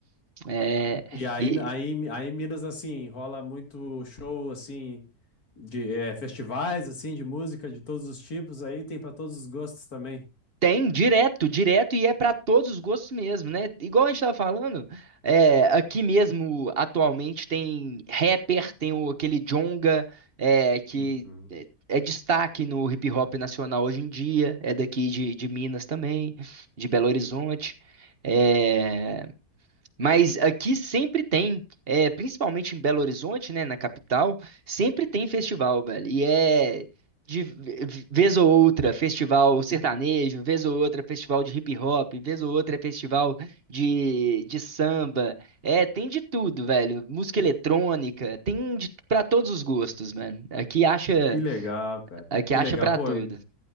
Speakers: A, on the right (about 40°); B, on the left (about 60°).
A: É,
B: E aí,
A: e
B: aí, aí em Minas, assim, rola muito show, assim, de eh, festivais, assim, de música de todos os tipos, aí tem para todos os gostos também.
A: tem direto, direto, e é para todos os gostos mesmo, né? Igual a gente tava falando, é, aqui mesmo, atualmente, tem rapper, tem o, aquele Djonga, é, que
B: Uhum.
A: é, é destaque no hip hop nacional hoje em dia, é daqui de, de Minas também, de Belo Horizonte. É, Mas aqui sempre tem, é, principalmente em Belo Horizonte, né, na capital, sempre tem festival, velho. E é de v- v- vez ou outra festival sertanejo, vez ou outra festival de hip hop, vez ou outra festival de, de samba. É, tem de tudo, velho. Música eletrônica, tem de, para todos os gostos, mano. Aqui acha,
B: Que legal, cara.
A: aqui
B: Que
A: acha
B: legal.
A: para
B: Pô,
A: tudo.
B: e-